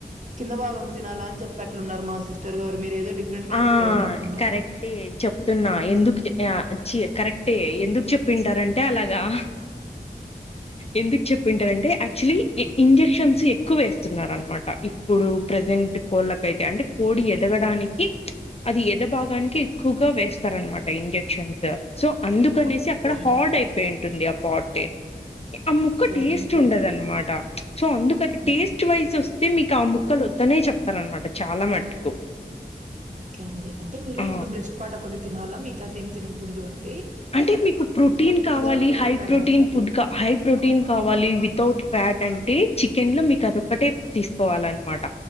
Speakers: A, on the right; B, on the left.
A: కింద భాగం తినాల అని చెప్పెట్లున్నారు మా సిస్టర్ గారు మీరు ఏదో డిఫరెంట్ గా
B: ఆ
A: చెప్తా ఉన్నట్లున్నారు
B: కరెక్ట్ ఏ చెప్తున్నా ఎందుకు ఆ చి కరెక్ట్ అంటే ఎందుకు చెప్పింటారంటే అలాగా హా ఎందుకు చెప్పింటారంటె యాక్చువలీ ఇంజెక్షన్స్ ఎక్కువ వేస్తున్నారు అనమాట ఇప్పుడు ప్రజెంట్ కోళ్ళకైతే అంటే కోడి ఎదగ్ గడానికి అది ఎదభాగానికి ఎక్కువగా వేస్తారనమాట ఇంజక్షన్స్ సో అందుకనేసి
A: ఓకే
B: అక్కడ హాడ్ అయిపోయి ఉంటుంది ఆ పాట్ ఆ ముక్క
A: ఓకే
B: టేస్ట్
A: అండి
B: ఉండదనమాట ఉచ్ సో అందుకని
A: హ్మ్.
B: టేస్ట్ వైజ్ చూస్తు తే మీకు ఆ ముక్కలు వద్దనే చెప్తారనమాట చాలా మట్టుకు
A: ఓకే అండి అంటే మీరు
B: ఆ
A: ఇప్పుడు బ్రెస్ట్ పాట్ ఒకక్కటిే తినాలా మిగితవేం తినకూదు అన్
B: అంటే మీకు ప్రోటీన్ కావాలి
A: రకంగా
B: హై
A: చెప్పారు
B: ప్రోటీన్
A: మాకు
B: ఫుడ్ హై ప్రోటీన్ కావాలి వితౌట్ ఫ్యాట్ అంటే చికెన్ లో మీకు అదొక్కటే తీసుకోవాలన్నమాట